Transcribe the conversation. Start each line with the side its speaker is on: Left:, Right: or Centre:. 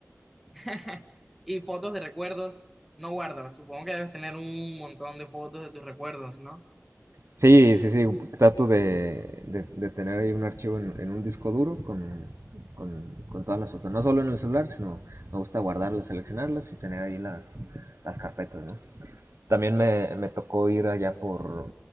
Centre: <laughs> y fotos de recuerdos no guardas? Supongo que debes tener un montón de fotos de tus recuerdos, ¿no?
Right: Sí, sí, sí, trato de, de- de tener ahí un archivo en, en un disco duro con, con- con todas las fotos, no solo en el celular, sino me gusta guardarlas, seleccionarlas y tener ahí las, las carpetas, ¿no? También me, me tocó ir allá por,